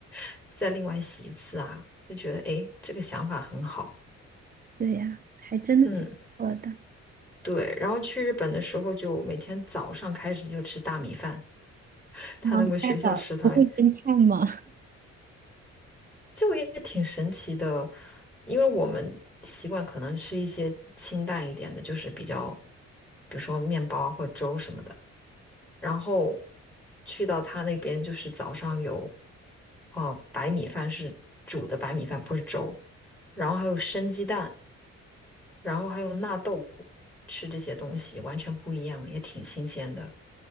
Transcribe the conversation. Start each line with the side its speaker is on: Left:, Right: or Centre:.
Centre: <laughs> 再另外洗一次啊，就觉得诶，这个想法很好。
Right: 对呀、还真的挺不错的。
Centre: 嗯，对。然后去日本的时候，就每天早上开始就吃大米饭，<laughs> 他那个学校食堂，
Right: 嗯，大嫂不会侦探吗？
Centre: 就也挺神奇的，因为我们习惯可能吃一些清淡一点的，就是比较，比如说面包啊或者粥什么的。然后去到他那边就是早上有哦白米饭是煮的白米饭，不是粥，然后还有生鸡蛋，然后还有纳豆，吃这些东西完全不一样，也挺新鲜的